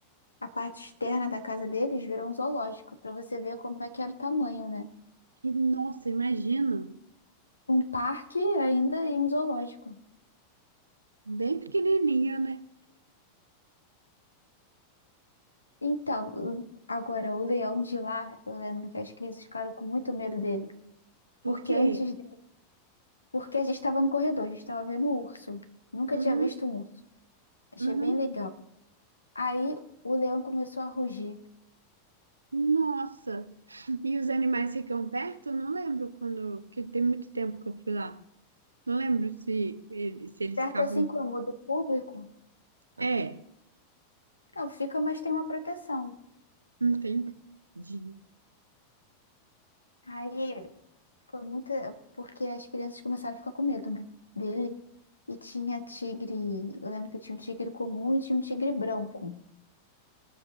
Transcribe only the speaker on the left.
a parte externa da casa deles, virou um zoológico, para você ver como é que era o tamanho, né?
Um parque ainda e um zoológico.
Então, o- agora, o leão de lá, eu lembro que as crianças ficaram com muito medo dele.
Porque
antes, de- porque a gente estava no corredor, a gente estava vendo o urso. Nunca
tinha visto um urso. Achei
bem legal. Aí o leão começou a rugir.
Perto
assim como o do público,
não fica, mas tem uma proteção.
Aí foi muito. Porque as crianças começaram a ficar com medo, né? Dele. E tinha tigre. Eu lembro que tinha um tigre comum e tinha um tigre branco.